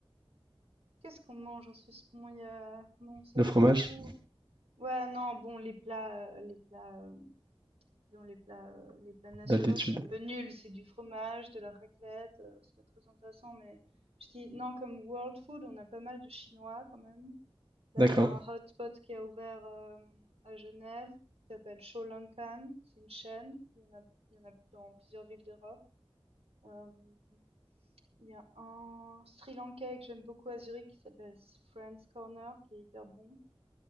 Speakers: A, on the right; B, on the right.
A: Qu'est-ce qu'on mange en Suisse? Bon, il y a, bon, ça
B: Le
A: dépend
B: fromage?
A: où. Ouais, non, bon, les plats, euh, les plats. euh, Disons les plats, heu, les plats nationaux,
B: D'altitude.
A: c'est un peu nul, c'est du fromage, de la raclette, heu, c'est pas très intéressant, mais je dis non, comme world food, on a pas mal de chinois quand même. Là,
B: D'accord,
A: il y a un hotspot qui a ouvert, hem, à Genève, qui s'appelle Shou Lankan, c'est une chaîne, il y en a il y en a dans plusieurs villes d'Europe. Hem, il y a un Sri Lankais que j'aime beaucoup à Zurich qui s'appelle Friends Corner qui est hyper bon.